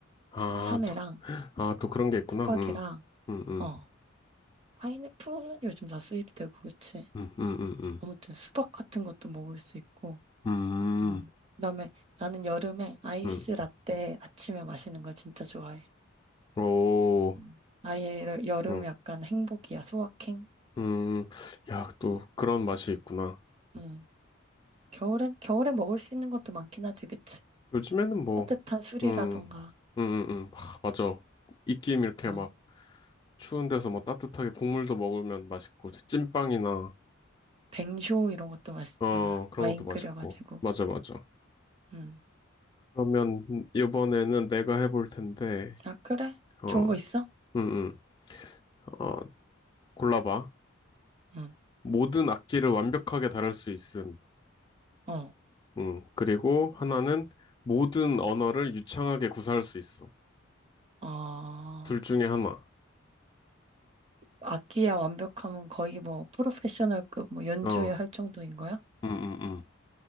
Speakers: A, on the left (about 25°); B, on the right (about 30°).
A: 아,
B: 참외랑
A: 또, 아, 또 그런 게 있구나.
B: 수박이랑
A: 음, 음, 음.
B: 어 파인애플은 요즘 다 수입되고 그치?
A: 음, 음, 음,
B: 아무튼 수박 같은 것도 먹을 수 있고.
A: 음,
B: 음.
A: 음,
B: 그다음에 나는 여름에 아이스
A: 음.
B: 라떼 아침에 마시는 거 진짜 좋아해.
A: 오,
B: 음. 아예 여- 여름
A: 음,
B: 약간 행복이야, 소확행.
A: 음, 야, 또
B: 음.
A: 그런 맛이 있구나.
B: 음. 겨울엔 겨울에 먹을 수 있는 것도 많긴 하지, 그치?
A: 요즘에는 뭐,
B: 따뜻한 술이라던가,
A: 음, 음, 음, 음, 하, 맞아. 입김 이렇게
B: 음,
A: 막 추운 데서 뭐 따뜻하게 국물도 먹으면 맛있고, 찐빵이나,
B: 뱅쇼 이런 것도 맛있잖아.
A: 어, 그런
B: 와인
A: 것도 맛있고.
B: 끓여가지고.
A: 맞아, 맞아.
B: 음.
A: 그러면 이번에는 내가 해볼 텐데,
B: 아, 그래?
A: 어,
B: 좋은 거 있어?
A: 음, 음, 어, 골라봐.
B: 응.
A: 모든 악기를 완벽하게 다룰 수 있음.
B: 어.
A: 음, 그리고 하나는 모든 언어를 유창하게 구사할 수 있어.
B: 어.
A: 둘 중에 하나.
B: 악기야 완벽하면 거의 뭐 프로페셔널급 뭐 연주회
A: 어,
B: 할 정도인 거야?
A: 음, 음, 음.